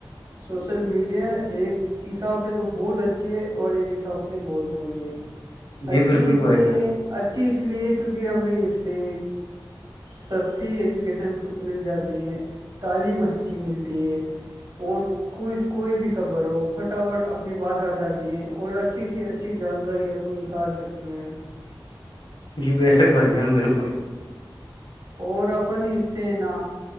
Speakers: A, on the right (about 45°); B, on the left (about 65°).
A: سوشل میڈیا ایک حساب سے تو بہت اچھا اچھی ہے اور ایک حساب سے بہت بری ہے
B: جی
A: اچھی
B: بالکل
A: اس
B: بھائی
A: لیے
B: جان
A: اچھی اس لیے کیونکہ ہمیں اس سے سستی ایجوکیشن مل جاتی ہے تعلیم اچھی ملتی ہے اور ک کوئی بھی خبر ہو فٹافٹ اپنے پاس آ جاتی ہے اور اچھی سی ا اچھی جانکاری اپن نکال سکتے ہیں
B: جی بے شک بھائی جان بالکل
A: اور اپن اسے نا